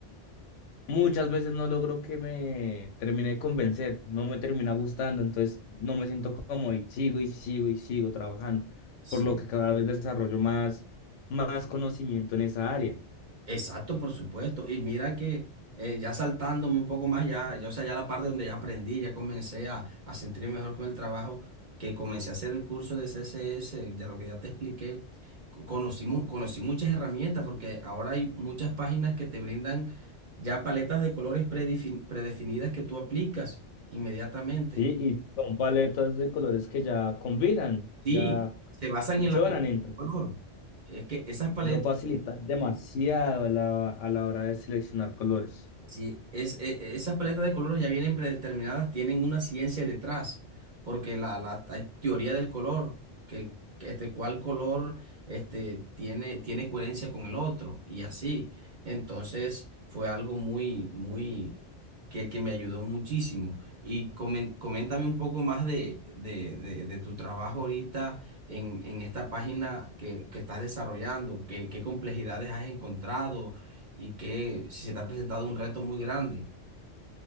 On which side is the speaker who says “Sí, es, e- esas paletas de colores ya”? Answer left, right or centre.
Right